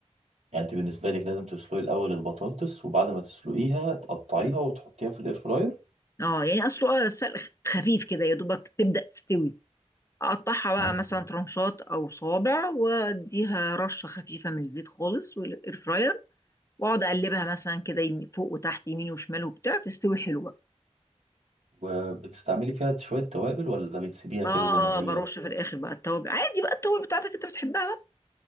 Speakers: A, on the right; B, on the left.
A: يعني انت بالنسبه لك لازم تسلقي الاول البطاطس وبعد ما تسلقيها تقطعيها
B: مم.
A: وتحطيها في الاير فراير
B: اه يعني اصله سلق خفيف كده يا دوبك تبدأ تستوي اقطعها بقى
A: مم.
B: مثلا ترنشات او صوابع واديها رشه خفيفه من الزيت خالص والاير فراير واقعد اقلبها مثلا كده يمين- فوق وتحت يمين وشمال وبتاع تستوي حلوه
A: وبتستعملي فيها شويه توابل ولا بتسيبيها
B: اه
A: كده زي ما هي
B: برش في الاخر بقى التوابل عادي بقى التوابل بتاعتك انت بتحبها بقى